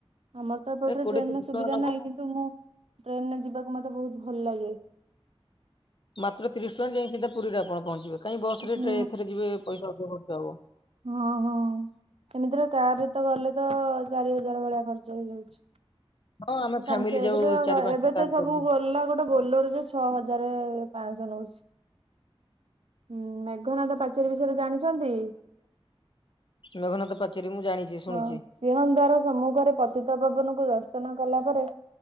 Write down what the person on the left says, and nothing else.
ଏ କୋଡିଏ
ତିରିଶ
ଟଙ୍କା ନବ।
ମାତ୍ର ତିରିଶ ଟଙ୍କା ଯାଇକି ସିଧା ପୁରୀରେ ଆପଣ ପହଞ୍ଚିବେ, କାହିଁ ବସରେ
ଟ୍ରେ ଏଥିରେ ଯିବେ ପଇସା ଅଧିକ ଖର୍ଚ୍ଚ ହବ।
ହଁ ଆମେ
ଫ୍ୟାମିଲି
ଯାଉ
ଚାରି ପାଞ୍ଚଟା
କାର
କରିକି
ମଘନାଥ ପାଚେରୀ ମୁଁ ଜାଣିଛି। ଶୁଣିଛି